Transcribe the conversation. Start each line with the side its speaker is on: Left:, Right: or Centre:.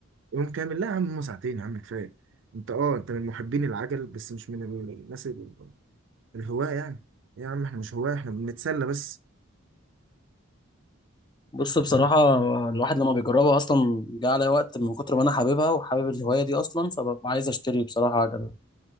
Right: يوم كامل لا يا عم هما ساعتين يا عم كفايه انت اه انت من محبين العجل بس مش من الناس ال- الهواة يعني يا عم احنا مش هواة احنا بنتسلى بس
Left: بص بصراحة الواحد لما بيجربها أصلا جه عليا وقت من كتر ما أنا حاببها وحابب الهواية دي أصلا فببقى عايز أشتري بصراحة عجلة